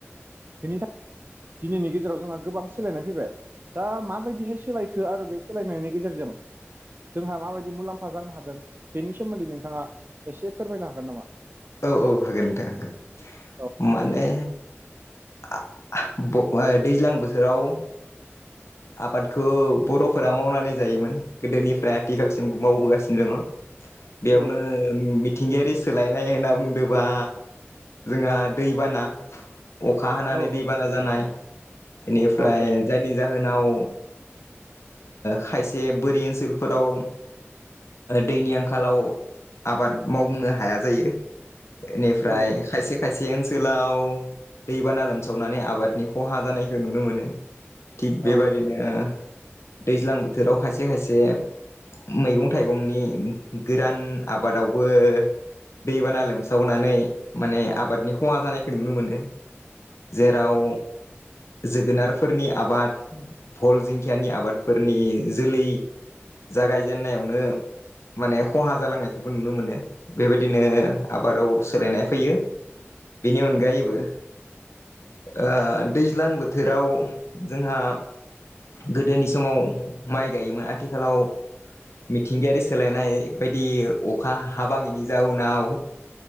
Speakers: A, on the right (about 45°); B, on the left (about 70°).
A: बेनि थाखाय दिनैनि गेजेराव जोंहा गोबां सोलायनाय फैबाय दा माबायदिहाय सोलायखो आरो बे सोलायनायनि गेजेरजों जोंहा माबायदि मुलाम्फा जानो हादों बेनि सोमोन्दै नोंथाङा एसे फोरमायनो हागोन नामा?
B: औ औ हागोन नोंथां होगोन।
A: औ
B: माने आ ब दैज्लां बोथोराव आबादखौ बर'फोरा मावनानै जायोमोन गोदोनिफ्राय आथिखालसिम मावबोगासिनो दङ'। बेयावनो
A: औ
B: मिथिंगायारि सोलायनाय होनना बुंदोंबा जोंहा दैबाना अखा हानानै
A: औ
B: दैबाना जानाय बेनिफ्राय
A: औ
B: जायनि जाहोन आव खायसे बोरि ओनसोलफोराव दैनि आंखालाव आबाद मावबुंनो हाया जायो। इनिफ्राय
A: औ
B: खायसे खायसे ओनसोल ओनसोलाव दैबाना लोमसावनानै आबादनि खहा जानायखौ नुनो मोनो। थिग बेबायदिनो
A: औ
B: दैज्लां बोथोराव खायसे खायसे मैगं थाइगंनि गोदान आबादावबो दैबाना लोमसावनानै माने आबादनि खहा जानायखौ नुनो मोनो। जेराव जोगोनारफोरनि आबाद, भल जिंखियानि आबादफोरनि जोलै जागायजेननायावनो माने खहा जालांनायखौबो नुनो मोनो। बेबाय दिनो आबादाव सोलायनाय फैयो। बेनि अनगायैबो
A: औ
B: ओ दैज्लां बोथोराव जोंहा गोदोनि समाव माइ गायोमोन आथिखालाव मिथिंगायारि सोलायनाय बायदि अखा हाबाङिनि जाउनाव